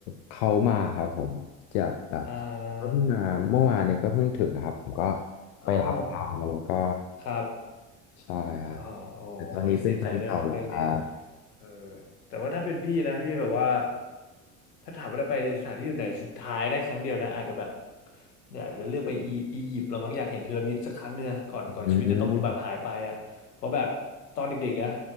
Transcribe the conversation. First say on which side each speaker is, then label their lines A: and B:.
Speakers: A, on the left; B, on the left.
A: เขามาครับผมจะแบบเพิ่งมาเมื่อวานเนี่ยก็เพิ่งถึงนะครับผมก็
B: อ่าอ๋อ
A: ไปรับเขาแล้วก็
B: ครับ
A: ใช่ครับ
B: อ๋อโอ้ยเสียใจด้วยครับเรื่องนี้
A: แต่ตอนนี้เป็นแฟนเก่าแล้วครับ
B: เออแต่ว่าถ้าเป็นพี่นะพี่แบบว่า ถ้าถามว่าได้ไปสถานที่อยู่ไหนสุดท้ายได้ครั้งเดียวนะอาจจะแบบเนี่ยอาจจะเลือกไปอีอียิปต์เรามั้งอยากเห็นพีระมิดสักครั้งเนื้อะก่อนก่อนชีวิตจะต้องแบบหายไปอ่ะเพราะแบบตอนเด็กๆนะ
A: อืม